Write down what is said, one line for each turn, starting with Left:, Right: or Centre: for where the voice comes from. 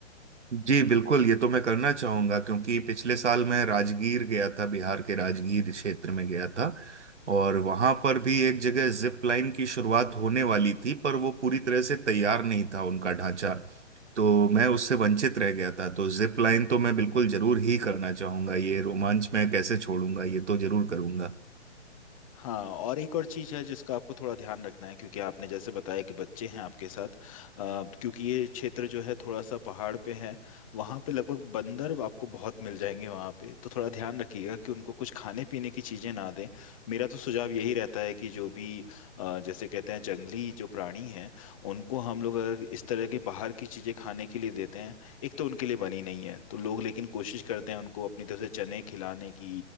Right: जी बिल्कुल ये तो मैं करना चाहूंगा क्योंकि पिछले साल मैं राजगीर गया था बिहार के राजगीर क्षेत्र में गया था और वहां पर भी एक जगह जिप लाइन की शुरुआत होने वाली थी पर वो पूरी तरह से तैयार नहीं था उनका ढांचा तो मैं उससे वंचित रह गया था तो जिप लाइन तो मैं बिल्कुल जरूर ही करना चाहूंगा ये रोमांच मैं कैसे छोड़ूंगा ये तो जरूर करूंगा
Left: हाँ और एक और चीज़ है जिसका आपको थोड़ा ध्यान रखना है क्योंकि आपने जैसे बताया कि बच्चे हैं आपके साथ अ, क्योंकि ये क्षेत्र जो है थोड़ा सा पहाड़ पे है वहाँ पे लगभग बंदर आपको बहुत मिल जाएंगे वहाँ पे तो थोड़ा ध्यान रखिएगा कि उनको कुछ खाने पीने की चीज़ें ना दें मेरा तो सुझाव यही रहता है कि जो भी अ, जैसे कहते हैं जंगली जो प्राणी हैं उनको हम लोग अगर इस तरह के बाहर की चीज़ें खाने के लिए देते हैं एक तो उनके लिए बनी नहीं है तो लोग लेकिन कोशिश करते हैं उनको अपनी तरफ से चने खिलाने की